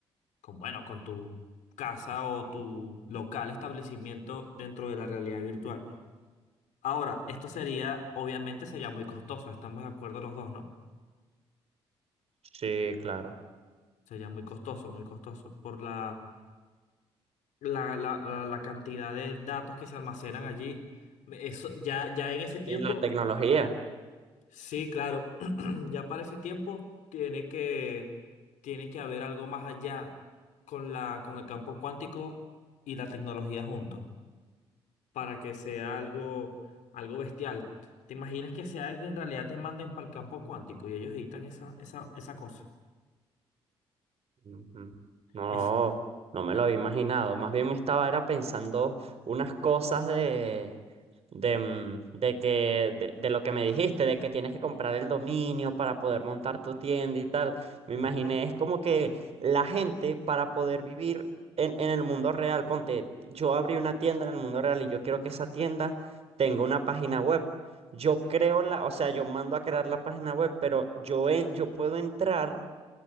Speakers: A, on the left (about 65°); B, on the right (about 50°).
A: con, bueno, con tu casa o tu local establecimiento dentro de la realidad virtual. Ahora, esto sería, obviamente sería muy costoso, estamos de acuerdo los dos, ¿no?
B: Sí, claro.
A: Sería muy costoso, muy costoso. Por la, la, la- la- la cantidad de datos que se almacenan allí. Eso, ya, ya en ese tiempo,
B: Y la tecnología.
A: sí, claro. <clears throat> Ya para ese tiempo tiene que, tiene que haber algo más allá con la, con el campo cuántico y la tecnología juntos. Para que sea algo, algo bestial. ¿Te imaginas que sea que en realidad te manden para el campo cuántico y ellos editan esa, esa, esa cosa?
B: Ujú. No,
A: Es,
B: no me lo había imaginado. Más bien me estaba era pensando unas cosas de, de, mm, de que, de, de lo que me dijiste, de que tienes que comprar el dominio para poder montar tu tienda y tal. Me
A: Ujú.
B: imaginé, es como que la gente para poder vivir en, en el mundo real, ponte, yo abrí una tienda en el mundo real y yo quiero que esa tienda tenga una página web. Yo creo la, o sea, yo mando a crear la página web, pero yo, en- yo puedo entrar